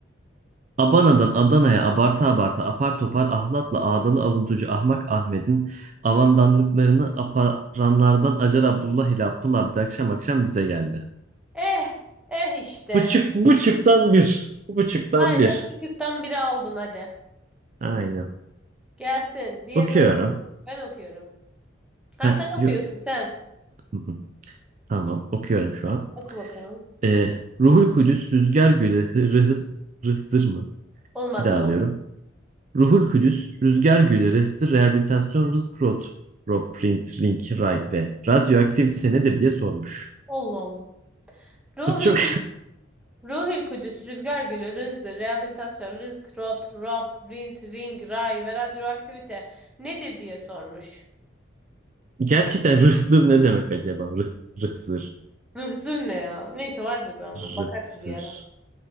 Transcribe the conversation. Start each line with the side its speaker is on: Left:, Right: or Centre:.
Right: Abana'dan Adana'ya abarta abarta apar topar ahlatla ağdalı avuntucu Ahmak Ahmet'in avandanlıklarını aparanlardan Acar Abdullah ile Abdullah Abdi akşam akşam bize geldi.
Centre: Eh eh işte.
Right: Buçuk, buçuktan bir. Buçuktan
Centre: Aynen
Right: bir.
Centre: küçükten biri aldın hadi.
Right: Aynen.
Centre: Gelsin. Diğerini
Right: Okuyorum.
Centre: oku. Ben okuyorum. Ha
Right: Ha,
Centre: sen
Right: yo-
Centre: okuyorsun sen.
Right: <laughs> Tamam okuyorum şu an.
Centre: Oku bakalım.
Right: Ee, Ruhul Kudüs Rüzgar Gülü Hırhız Rızır mı?
Centre: Olmadı
Right: Bir daha
Centre: bu.
Right: alıyorum. Ruhul Kudüs, Rüzgar Gülleri, Hısır Rehabilitasyon Rızk Rod, Rob Print, Ring, Ray ve radyoaktivite nedir diye sormuş.
Centre: Allah Allah. Ruhül
Right: Bu çok
Centre: Ruhül Kudüs, Rüzgar Gölü, Rızı, Rehabilitasyon, Rızk, Rot, Rob, Rint, Ring, Ray ve Radyoaktivite nedir diye sormuş.
Right: <laughs> gerçekten rıhsır ne demek acaba? Rı, rıhsır,
Centre: Rızır ne ya? Neyse vardır bir anlamı. Bakarız
Right: rıhsır.
Centre: bir ara.